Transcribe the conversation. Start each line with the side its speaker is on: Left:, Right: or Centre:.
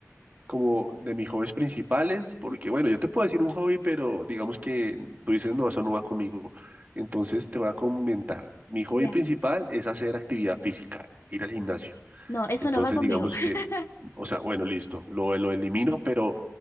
Right: como de mis hobbies principales, porque
Left: Ujú.
Right: bueno, yo te puedo decir un hobby, pero digamos que tú dices, no, eso no va conmigo. Entonces te voy a comentar, mi hobby
Left: Ya.
Right: principal es hacer actividad física, ir al gimnasio.
Left: No, eso
Right: Entonces
Left: no va conmigo.
Right: digamos
Left: <laughs>
Right: que, o sea, bueno, listo, lo, lo elimino, pero